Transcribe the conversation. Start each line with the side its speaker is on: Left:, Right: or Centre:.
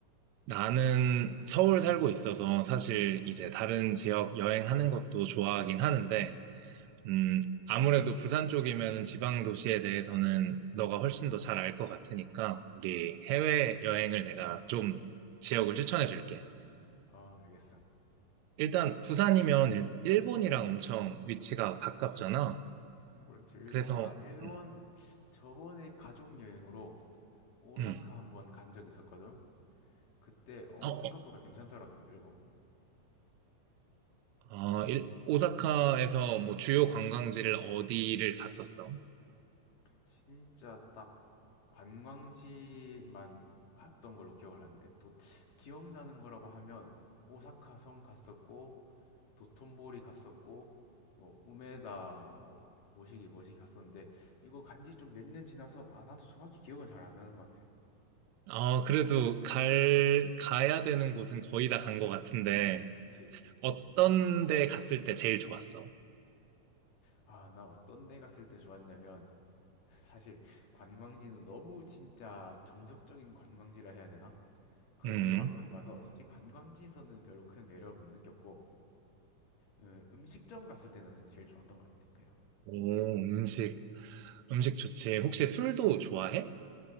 Right: 나는 서울 살고 있어서 사실 이제 다른 지역 여행하는 것도 좋아하긴 하는데,
Left: 음,
Right: 음, 아무래도 부산 쪽이면 지방 도시에 대해서는 너가 훨씬 더 잘 알 것 같으니까 우리 해외 여행을 내가 좀 지역을 추천해 줄게.
Left: 음, 아, 알겠어.
Right: 일단 부산이면 일- 일본이랑 엄청 위치가 가깝잖아.
Left: 그렇지, 일본,
Right: 그래서
Left: 나, 일본
Right: 음,
Left: 저번에 가족 여행으로 오사카
Right: 음.
Left: 한번 간 적 있었거든? 그때, 어,
Right: 어,
Left: 생각보다 괜찮더라고, 일본.
Right: 어, 아, 일- 오사카에서 뭐 주요 관광지를 어디를 갔었어?
Left: 진짜 딱 관광지만 갔던 걸로 기억을 하는데 도, 기억나는 거라고 하면 오사카 성 갔었고 도톤보리 갔었고 뭐 우메다 뭐 모시기 모시기 갔었는데 이거 간지 좀 몇 년 지나서 아 나도 정확히 기억은 잘 안 나는 것 같아.
Right: 아, 그래도 갈, 가야 되는 곳은 거의 다 간 것 같은데
Left: 그렇지.
Right: 어떤
Left: 음.
Right: 데 갔을 때 제일 좋았어?
Left: 아, 나 어떤 데 갔을 때 좋았냐면 <laughs> 사실 관광지는 너무 진짜 정석적인 관광지라 해야 되나? 그런
Right: 음.
Left: 데밖에 안 가서 솔직히 관광지에서는 별로 큰 매력을 못 느꼈고 어, 음식점 갔을 때 나는 제일 좋았던 것 같아. 그냥
Right: 오, 음식, 음식 좋지. 혹시 술도 좋아해?